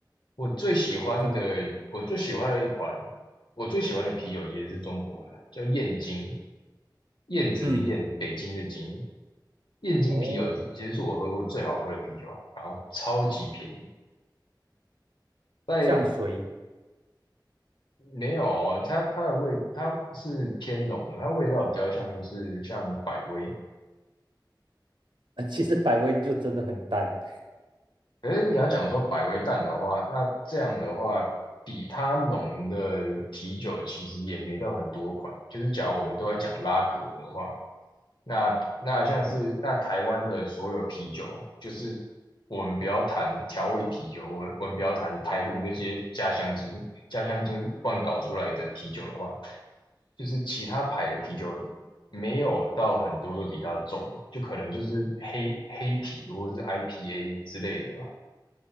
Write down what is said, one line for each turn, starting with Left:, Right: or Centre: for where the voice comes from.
Left: 我最喜欢的，
Right: 哦，真的啊
Left: 我最喜欢的一款，我最喜欢的啤酒其实是中国的，叫燕京，燕子的燕，
Right: 嗯，
Left: 北京的京。燕京啤酒其实是我喝过最好喝的啤酒，
Right: 哦，
Left: 然后超级便宜。在
Right: 像水，
Left: 没有哦，它它的味它是偏浓的，它味道比较像是像百威，
Right: <laughs> 呃其实百威就真的很淡。
Left: 可是你要讲说百威淡的话，那这样的话，比它浓的啤酒其实也没到很多款。就是假如我们都在讲拉格的话，那那像是那台湾的所有啤酒，就是我们不要谈调味啤酒，我们我们不要谈台湖那些家乡精、家乡精乱搞出来的啤酒的话，就是其他牌的啤酒没有到很多都比它重，就可能就是黑黑啤或者是 IPA 之类的。